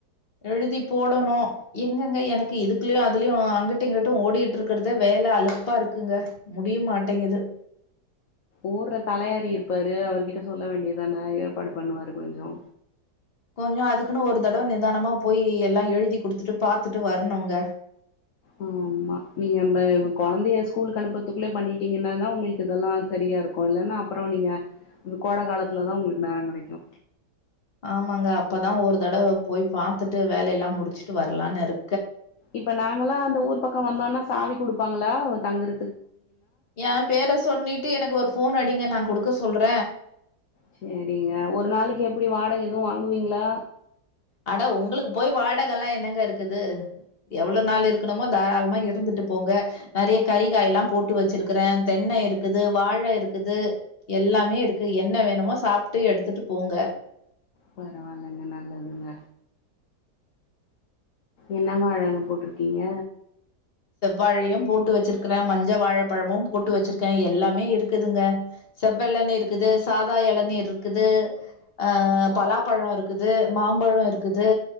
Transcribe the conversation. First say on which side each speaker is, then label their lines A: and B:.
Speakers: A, on the left; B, on the left.
A: எழுதி போடணு எ ங்கங்க எனக்கு இதுக்குல்லயு அதுலயு அங்குட்டு இங்கிட்டு ஓடிகிட்டிருக்கற்தே வேல அழுப்பா இருக்குங்க முடியு மாட்டேங்கிது
B: ஊர்ர தலையாடி இருப்பாரு அவர்கிட்ட சொல்ல வேண்டிதான ஏற்பாடு பண்ணுவாரு கொஞ்சோ
A: கொஞ்சோ அதுக்குனு ஒரு தடவ நிதானமா போயி எல்லா எழுதி குடுத்துட்டு பாத்துட்டு வர்ணுங்க
B: உ <unintelligible> ஆமா நீங்க ப கொழந்தைய ஸ்கூலுக்கு அனுப்பற்துக்குள்ள பண்ணிடீங்கன்னால்தா உங்ளுக்கு இதெல்லா சரி யா இருக்கு இல்லனா அப்புறோ நீங்க இனி கோட காலத்துல தா உங்ளுக்கு நேரன் கெடைக்கு
A: ஆமாங்க அப்பதா ஒரு தடவ போய் பாத்துட்டு வேலெல்லா முடிச்சுட்டு வர்லான் இரு
B: இப்ப நாங்கலா அந்த ஊர் பக்கோ வந்தோனா சாவி குடுப்பாங்களா தங்கற
A: ஏன் பேர சொன்னிட்டு எனக்கு ஒரு ஃபோன் அடிங்க நான் குடுக்க சொல்ற
B: சேரிங்க ஒரு நாளைக்கு எப்புடி வாடக எதூ வாங்குவீங்ளா
A: அட உங்களுக்கு போய் வாடகலா என்னங்க இருக்குது எவ்ள நாள் இருக்கணுமோ தாராளுமா இருந்துட்டு போங்க நறைய கறிக்காயெல்லா போட்டு வச்சிருக்கிற தென்ன இருக்குது வாழ இருக்குது எ ல்லாமே இருக்கு என்ன வேணுமோ சாப்ட்டு எடுத்துட்டு போங்க
B: பரவாயிலங்க நல்லதுங்க என்ன வாழ இலை போட்டிருக்கீங்க
A: செவ்வாழையும் போட்டு வச்சிருக்கிறேன் மஞ்ச வாழைப்பழமும் போட்டு வச்சிருக்கேன் எல்லாமே இருக்குதுங்க செவ்வெழநீர் இருக்குது சாதா எளநீர் இருக்குது ஆ ஆ பலாப்பழம் இருக்குது மாம்பழம் இருக்குது